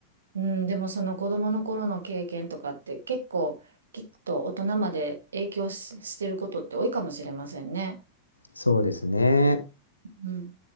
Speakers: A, on the right; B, on the left.
A: うん、でもその子供の頃の経験とかって結構きっと大人まで影響し、してることって多いかもしれませんね。
B: そうですね。
A: うん。